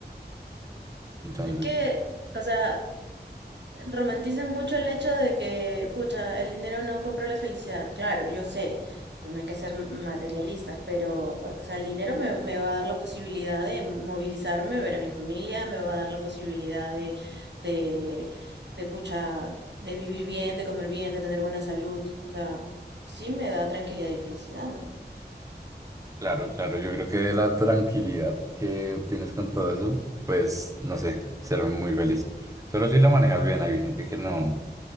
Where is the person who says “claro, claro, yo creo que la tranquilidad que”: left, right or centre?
Right